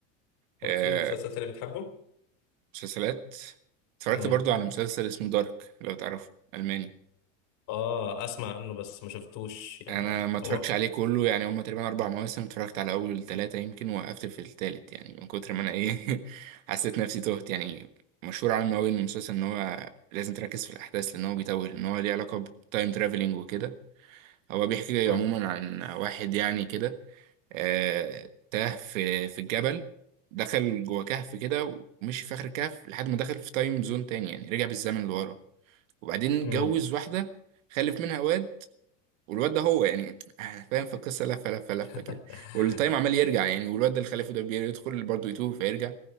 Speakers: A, on the left; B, on the right.
A: طب
B: آه،
A: في مسلسل تاني بتحبه؟
B: مسلسلات اتفرجت
A: مم.
B: برضو على مسلسل اسمه دارك لو تعرفه الماني
A: اه اسمع عنه بس ما شفتوش يعني
B: انا ما اتفرجتش
A: هو
B: عليه كله يعني هما تقريبا اربع مواسم اتفرجت على اول ثلاثه يمكن وقفت في الثالث يعني من كتر ما انا ايه <laughs> حسيت نفسي تهت يعني مشهور عنه قوي ان المسلسل ان هو لازم تركز في الاحداث لان هو بيتوه ان هو ليه علاقه بتايم ترافلينج وكده هو بيحكي
A: اه
B: عموما عن واحد يعني كده آه، تاه في في الجبل دخل جوه كهف كده ومشي في آخر الكهف لحد ما دخل في تايم زون تاني يعني رجع بالزمن لورا وبعدين اتجوز
A: مم.
B: واحدة خلف منها واد والواد ده هو يعني <laughs> فاهم في القصة لفة لفة لفة
A: <laughs>
B: كده والتايم عمال يرجع يعني والواد ده اللي خلفه ده بيدخل برضه يتوه فيرجع